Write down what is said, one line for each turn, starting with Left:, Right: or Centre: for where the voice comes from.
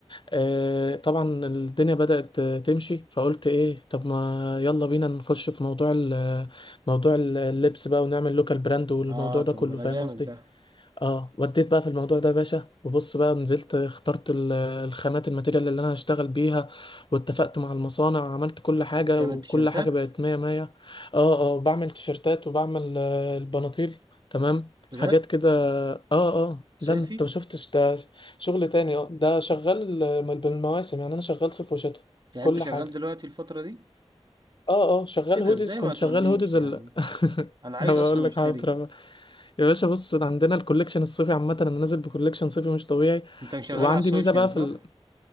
Left: آه، طبعا الدنيا بدأت آه، تمشي فقلت ايه طب ما يلا بينا نخش في موضوع ال- موضوع اللبس بقى ونعمل لوكال براند والموضوع
Right: اه طب
Left: ده كله
Right: ما ده
Left: فاهم
Right: جامد
Left: قصدي
Right: ده
Left: اه وديت بقى في الموضوع ده يا باشا وبص بقى نزلت اخترت ال- الخامات الماتيريال اللي انا هشتغل بيها واتفقت مع المصانع عملت كل حاجة
Right: جامد
Left: وكل
Right: تيشيرتات
Left: حاجة بقت مية مية اه اه بعمل تيشرتات وبعمل آه، البناطيل تمام
Right: بجد
Left: حاجات كده اه اه
Right: صيفي
Left: لا انت ما شفتش ده شغل تاني اه ده شغال آه، بالمواسم يعني انا شغال صيف وشتاء
Right: يعني
Left: كل
Right: انت شغال
Left: حاجة
Right: دلوقتي الفترة دي
Left: اه اه شغال
Right: ايه ده
Left: هودز
Right: ازاي
Left: كنت
Right: ما تقوليش
Left: شغال هودز
Right: يا
Left: ال...
Right: عم انا
Left: <laughs>
Right: عايز
Left: بقول
Right: اصلا
Left: لك
Right: اشتري
Left: حاضر أهو. يا باشا بص أنا عندنا الكوليكشن الصيفي عامة انا نازل بكوليكشن صيفي مش طبيعي
Right: انت مش شغال
Left: وعندي
Right: على السوشيال
Left: ميزة بقى
Right: صح
Left: في ال...